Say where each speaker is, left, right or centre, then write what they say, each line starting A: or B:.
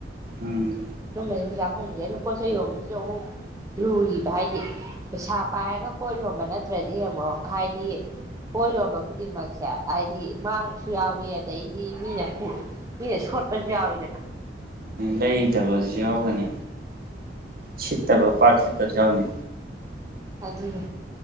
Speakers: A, on the right; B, on the right.
A: ꯎꯝ
B: <unintelligible> ꯈꯪꯁꯦ ꯑꯗꯨ ꯄꯣꯠꯆꯩ ꯌꯣꯟꯕꯁꯤꯁꯨ ꯑꯃꯨꯛ ꯂꯨꯔꯤꯕ ꯍꯥꯏꯗꯤ ꯄꯩꯁꯥ ꯄꯥꯏꯔꯒ ꯄꯣꯠ ꯌꯣꯟꯕ ꯅꯠꯇ꯭ꯔꯗꯤ ꯑꯃꯨꯛ ꯍꯥꯏꯗꯤ ꯄꯣꯠ ꯌꯣꯟꯕ ꯈꯨꯗꯤꯡꯃꯛꯁꯦ ꯍꯥꯏꯗꯤ ꯃꯥꯡꯁꯨ ꯁ ꯌꯥꯎꯋꯤ ꯑꯗꯩꯗꯤ ꯃꯤꯅ ꯃꯤꯅ ꯁꯣꯠꯄꯁꯨ ꯌꯥꯎꯋꯤꯗꯅ
A: ꯂꯩꯇꯕꯁꯨ ꯌꯥꯎꯒꯅꯤ
B: ꯎꯝ
A: ꯁꯤꯠꯇ ꯄꯥꯛ ꯁꯤꯤ꯭ꯠꯇ ꯌꯥꯎꯅꯤ
B: ꯑꯗꯨꯅꯦ